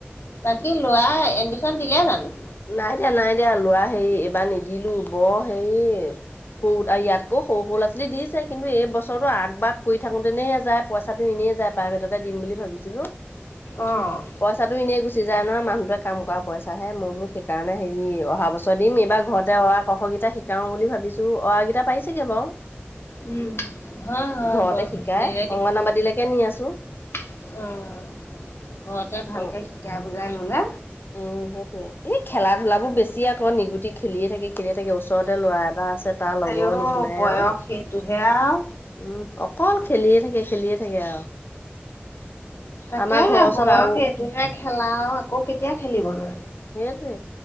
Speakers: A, on the left; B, on the left.
A: তাকি লৰা এডমিশন দিলে জানো।
B: নাই দিয়া নাই দিয়া, লৰা হেৰি এবাৰ নিদিলো বৰ হেৰি <unintelligible> ইয়াতকেও সৰু সৰু লৰা ছোৱালী দিছে কিন্তু এই বছৰটো আগ বাগ কৰি থাকোতেনেহে যায় পইচাটো এনেই যায়, প্ৰাইভেটতে দিম বুলি ভাবিছিলো।
A: অ'।
B: পইচাটো এনেই গুচি যায় নহয়, মানুহটোৱে কাম কৰা পইচাহে মই বুলো সেইকাৰণে হেৰি অহা বছৰ দিম। এইবাৰ ঘৰতে অ, আ, ক, খ কেইটা শিকাওঁ বুলি ভাবিছোঁ, অ, আ কেইটা পাৰিছেগৈ বাৰু।
A: উম, হয় হয়,
B: ঘৰতে
A: বয়সটো
B: শিকাই
A: <unintelligible> দিব
B: অংগনাবাদীলৈকে
A: <unintelligible>
B: নি আছো
A: অ', ঘৰতে ভালকে
B: অ
A: শিকাই বুজাই ললে
B: উম, সেইটোয়ে। এই খেলা ধূলাবোৰ বেছি আকৌ, নিগুটি খেলিয়ে থাকে খেলিয়ে থাকে ওচৰতে ল'ৰা এটা আছে, তাৰ লগৰৰ
A: আইও
B: নিচিনাই
A: বয়স
B: আৰু।
A: সেইটোহে আৰু
B: উম, অকল খেলিয়ে থাকে খেলিয়ে থাকে আৰু।
A: তাকে
B: আমাৰ ঘৰৰ ওচৰত আৰু
A: <unintelligible> খেলা আৰু আকৌ কেতিয়া খেলিবনো।
B: সেইটোৱে।